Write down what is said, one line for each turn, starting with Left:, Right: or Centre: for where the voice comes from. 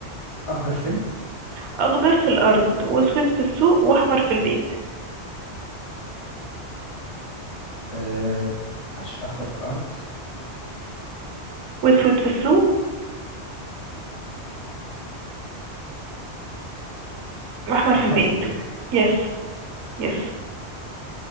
Left: اخضر فين
Right: أخضر في الأرض وأسود في السوق وأحمر في البيت
Left: آه معلش اخضر في الارض
Right: وأسود في السوق وأحمر
Left: واحمر
Right: في البيت
Left: في البيت
Right: يس يس